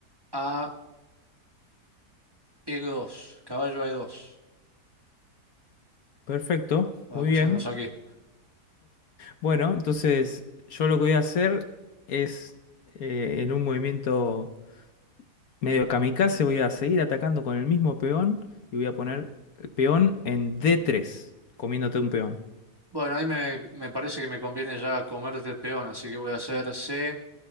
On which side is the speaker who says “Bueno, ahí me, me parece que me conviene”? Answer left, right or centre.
Right